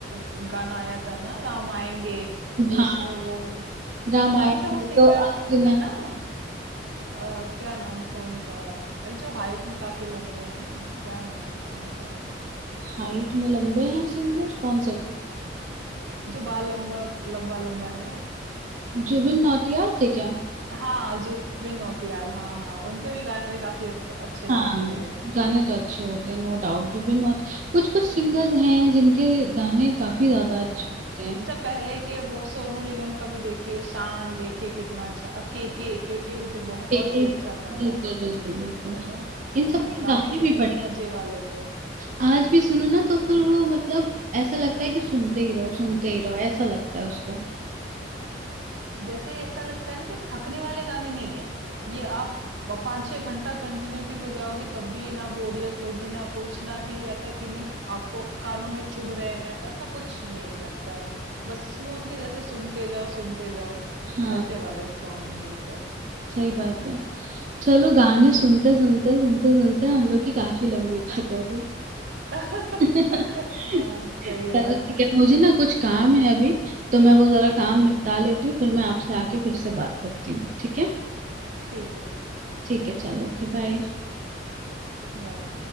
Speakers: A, on the right; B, on the right.
A: वो गाना आया था ना राम आएंगे
B: हाँ
A: उसमें वो
B: रामायण
A: कौन सा वो
B: में
A: सिंगर
B: तो अनगिनत
A: थे ना अ, क्या नाम था उनका अरे जो हाइट में काफी लंबे हैं क्या नाम था उनका यार
B: हाइट में लंबे हैं सिंगर कौन से वाले
A: जो बाल लंबा लंबा लंबा है
B: जुबिन नौटियाल थे क्या
A: हाँ, जुबिन नौटियाल हाँ, हाँ, उनके भी गाने काफ़ी अच्छ अच्छे लगते
B: हाँ
A: हैं।
B: गाने तो अच्छे होते हैं नो डाउट जुबिन नौट कुछ कुछ सिंगर्स हैं जिनके गाने काफी ज्यादा अच्छे
A: हाँ,
B: होते हैं
A: अच्छा पहले के वो सोनू निगम का भी देखिए, शान देखिए कितना अच्छा अब केके, केके भी तो बहुत
B: एक ही
A: ही अच्छा था
B: बिल्कुल
A: यार,
B: बिल्कुल बिल्कुल
A: है ना?
B: इन
A: अ,
B: सब के
A: गाने
B: गाने
A: कितने
B: भी बढ़िया
A: मज़े वाले थे।
B: आज भी सुनो ना तो फिर वो मतलब ऐसा लगता है कि सुनते ही रहो सुनते ही रहो ऐसा लगता है उसको
A: जैसे ऐसा लगता है ना कि थकने वाले गाने नहीं है ये आप ब- पाँच छह घंटा कंटिन्यू भी बजाओगे तब भी ना बोरियत होगी ना कुछ ना भी ऐसा कि नहीं आंखों कानों में चुभ रहे हैं ऐसा कुछ नहीं लगता है बस स्मूथली जैसे सुनते जाओ सुनते जाओ
B: हाँ
A: ऐसे वाले सॉन्ग है ये सब
B: सही बात है चलो गाने सुनते सुनते सुनते सुनते हम लोग की काफी लंबी बात हो गई
A: <laughs>
B: चलो
A: हाँ सही बात
B: ठीक है मुझे ना कुछ काम है अभी तो मैं वो जरा काम निपटा लेती हूँ फिर मैं आपसे आके फिर से बात करती हूँ ठीक है
A: ठीक है ठीक ठीक
B: ठीक
A: है
B: है चलो ओके बाय
A: बाय